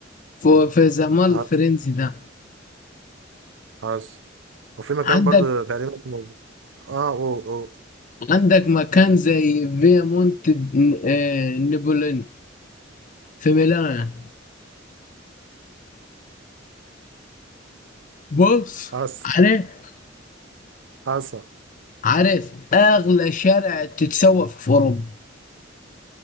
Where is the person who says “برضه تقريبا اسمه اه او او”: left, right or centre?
Right